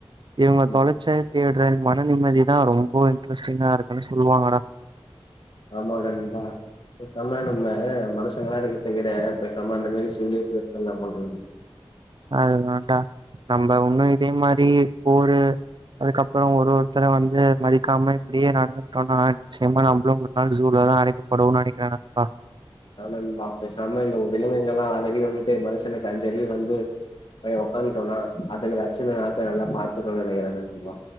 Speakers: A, on the right (about 50°); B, on the left (about 55°).
A: இவங்க
B: ம்
A: தொலைச்ச தேடு ஃப்ரெண்ட் மன நிம்மதிதான் ரொம்ப இன்ட்ரெஸ்ட்டிங்கா இருக்குன்னு சொல்லுவாங்கடா
B: ஆமா நண்பா பேசாம நம்ம மனுஷங்களா இருக்கத்தவிட பேசாம அந்த மாரி ஜுவ்லா இருந்திடாலம் போல
A: அ வோன்ண்டா நம்ம ஒன்னும் இதே மாரி போரு அதுக்கப்பறம் ஒரு ஒருத்தர வந்து மதிக்காம இப்டியே நடந்துகிட்டோம்னா நிச்சயமா நம்மளும் ஒரு நாள் ஜூலதான் அடைக்கப்படன்னனு நெனக்கிறேன் நானப்பா
B: ஆ நண்பா பேசாம இந்த விலங்குகள்லாம் அத அடி வந்துட்டு மனுஷனுக்கு அஞ்சறியவும் வந்து உக்காந்துட்டோம் அதுக்கு வச்சன நாத்த நல்லா பாத்துக்கோ நினைக்கிறேவா